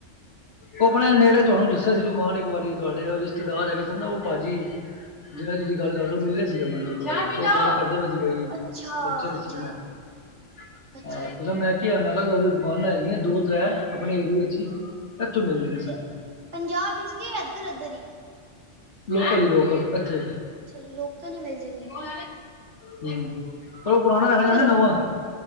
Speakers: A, on the left (about 65°); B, on the right (about 70°).
A: ਉਹ ਆਪਣੇ ਨੇੜੇ ਤੁਹਾਨੂੰ ਦੱਸਿਆ ਸੀ ਦੁਕਾਨ ਇੱਕ ਵਾਰੀ ਤੁਹਾਡੇ ਰਿਸ਼ਤੇਦਾਰ ਹੈਗੇ ਸ ਨਾ। ਉਹ ਭਾਜੀ ਜਿੰਨਾ ਦੀ ਤੁਸੀਂ ਗੱਲ ਕਰਦੇ ਹੋ ਮਿਲੇ ਸੀਗੇ। ਚਾਹ ਪੀ ਲੋ। ਮੈਨੂੰ ਗੱਲ ਕਰਦੇ ਪਏ ਸੀ। ਬਾਈ
B: ਅੱਛਾ
A: ਬੱਚਾ ਨਹੀਂ
B: ਅੱਛਾ
A: ਸੀ ਮੈਂ <unintelligible>
B: ਅੱਛਾ
A: ਤੇ ਮੈਂ ਮੈਂ ਕਿਹਾ ਤੁਹਾਡੇ ਦੁਕਾਨਾਂ ਹੈਗੀਆਂ ਦੋ ਤੈ ਆਪਣੇ ਏਰੀਏ 'ਚ ਹੀ ਇੱਥੋਂ ਮਿਲ ਜਾਂਣੇ ਸਸਤੀ।
B: ਤੇ ਪੰਜਾਬ ਵਿਚ ਕੇ ਇਧਰ- ਉਧਰ ਈ।
A: ਲੋਕਲ ਹੀ ਲੋਕਲ ਇਥੇ
B: ਅੱਛਾ ਲੋਕਲ ਹੀ ਮਿਲ ਜਾਏਗੀ।
A: <unintelligible> ਤੂੰ ਪੁਰਾਣਾ ਲੈ ਕੇ
B: ਚਲੋ
A: ਜਾਣਾ ਜਾ ਨਵਾਂ।